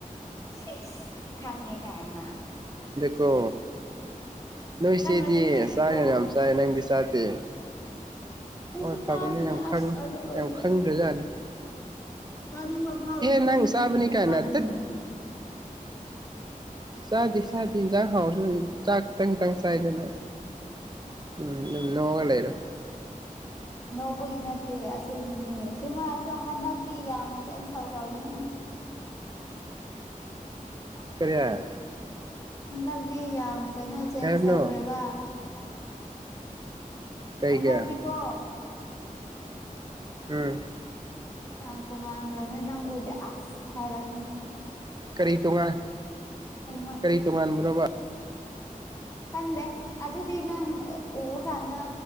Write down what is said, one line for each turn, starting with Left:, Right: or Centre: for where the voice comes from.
Left: ꯁꯤꯁ ꯈꯥꯉꯦ ꯇꯥꯏꯅ
Right: ꯀ ꯅꯣꯏ
Left: ꯈꯪꯔꯗꯤ
Right: ꯁꯤꯦꯗꯤ
Left: ꯐꯩꯌꯦꯀꯣ
Right: ꯆꯥꯗꯅ ꯌꯥꯝ ꯆꯥꯏ ꯅꯪꯗꯤ ꯆꯥꯗꯦ
Left: ꯑꯩꯁꯨ
Right: ꯍꯣꯏ ꯐꯥꯕꯅ
Left: ꯆꯥꯕꯅꯦ
Right: ꯌꯥꯈ
Left: ꯑꯁ ꯑꯗꯨ ꯑꯣꯏꯔꯁꯨ
Right: ꯌꯥꯎꯈꯪꯒꯖꯅꯤ
Left: ꯆꯥꯅꯤꯡꯕ ꯐꯥꯎꯗꯕꯒꯤꯅꯦ
Right: ꯅꯪ ꯆꯥꯕꯅꯤ
Left: ꯀꯔꯤ
Right: ꯀꯥꯏꯅ
Left: ꯆꯥꯗꯣꯏꯅꯣ
Right: ꯇꯠ ꯆꯥꯗꯦ ꯆꯥꯗꯦ ꯌꯦꯟꯁꯥꯡ ꯍꯥꯎꯁꯨ ꯆꯥꯛ ꯈꯤꯇꯪ ꯈꯤꯇꯪ ꯆꯥꯏꯗꯦꯅ ꯎꯝ ꯅꯣꯡꯉꯂꯔꯣ
Left: ꯅꯣꯛꯄꯨꯒꯤ ꯅꯠꯇꯦ ꯑꯁꯦꯡꯕꯅꯦ ꯑꯁꯦꯡꯕ ꯍꯥꯏꯔꯁꯨ ꯍꯟꯗꯛꯇꯤ ꯌꯥꯝ ꯆꯦꯠꯅ ꯇꯧꯈ꯭ꯔꯕꯅꯦ ꯑꯩ
Right: ꯀꯔꯤꯌꯥ
Left: ꯍꯟꯗꯛꯇꯤ ꯌꯥꯝ ꯀꯩꯅꯣ ꯆꯦꯟꯖ
Right: ꯀꯩ ꯍꯥꯏꯕꯅꯣ
Left: ꯇꯧꯈ꯭ꯔꯦꯕ
Right: ꯀꯩꯒ
Left: ꯑꯗꯛꯗꯤꯀꯣ
Right: ꯎꯝ
Left: ꯌꯥꯝ ꯇꯣꯉꯥꯟꯈ꯭ꯔꯕꯅꯦ ꯅꯪ ꯎꯗꯦ ꯑꯁ ꯍꯥꯏꯔꯛꯀꯅꯤ
Right: ꯀꯔꯤ ꯇꯣꯉꯥꯟ
Left: ꯑꯗꯨꯃꯥꯏ
Right: ꯀꯔꯤ ꯇꯣꯉꯥꯟꯕ꯭ꯔꯣꯕ
Left: ꯈꯪꯗꯦ ꯑꯗꯨꯗꯤ ꯅꯪ ꯎꯕꯀꯥꯟꯗ